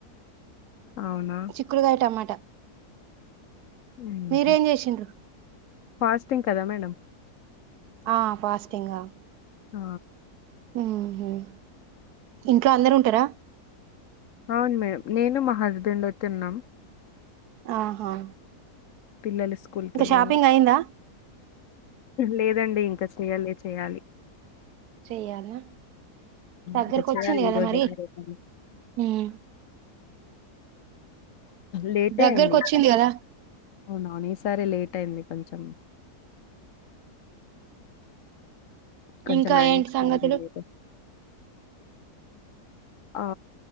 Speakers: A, on the left; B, on the right.
A: అవునా
B: చిక్కుడ్కాయ టమాట
A: ఉహుమ్
B: మీరేం చేసిండ్రు
A: ఫాస్టింగ్ కదా మేడం
B: ఆ ఫాస్టింగ్ ఆ
A: ఆ
B: ఉహుమ్ ఇంట్లో అందరు ఉంటరా
A: అవును మేడం నేను మా హస్బెండ్ డే తిన్నాం
B: ఆహా
A: పిల్లలు స్కూల్కి
B: ఇంకా
A: వెల్లిండ్లు
B: షాపింగ్ అయిందా
A: లేదు దండి ఇంకా చేయలే చేయాలి
B: చెయాలా దగ్గరకొచ్చిందిగా
A: ఇంకా చేయాలి ఈ
B: కదా
A: రోజైనా
B: మరి
A: రేపైనా
B: ఉమ్
A: లేటే
B: దగ్గర్కొచ్చింది
A: అయింది ఈసారి
B: కదా
A: అవునవును ఈ సారి లేట్ అయింది కొంచెం కొంచెం
B: ఇంకా
A: మా ఆయనకి
B: ఏంటి సంగతులు
A: ఏం తెలియదు ఆ